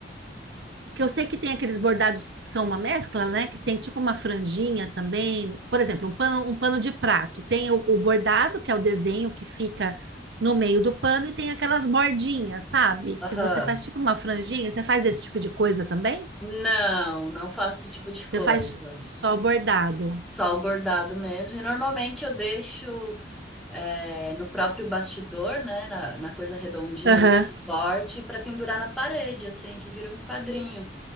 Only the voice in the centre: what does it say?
Aham.
Não, não faço esse tipo de coisa.
Só o bordado mesmo. E normalmente eu deixo é, no próprio bastidor, né? Na, na coisa redondinha
ali que corte, para pendurar na parede, assim, que vira um quadrinho.